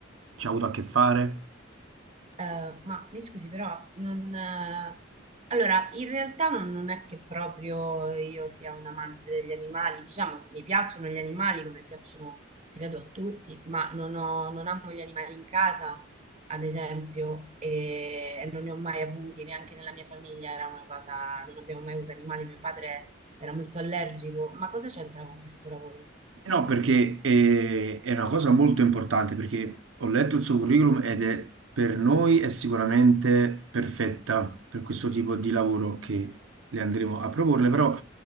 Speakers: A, on the right; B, on the right.
A: ci ha avuto a che fare?
B: Eh, ma mi scusi, però non... eh, Allora, in realtà non, non è che proprio io sia un amante degli animali, diciamo, mi piacciono gli animali come piacciono, credo, a tutti, ma non ho- non amo gli animali in casa, ad esempio, e, e non ne ho mai avuti, neanche nella mia famiglia era una cosa, non abbiamo mai avuto animali, mio padre era molto allergico, ma cosa c'entra con questo lavoro?
A: Eh No, perché è, è una cosa molto importante, perché ho letto il suo curriculum ed è per noi è sicuramente perfetta per questo tipo di lavoro che le andremo a proporle, però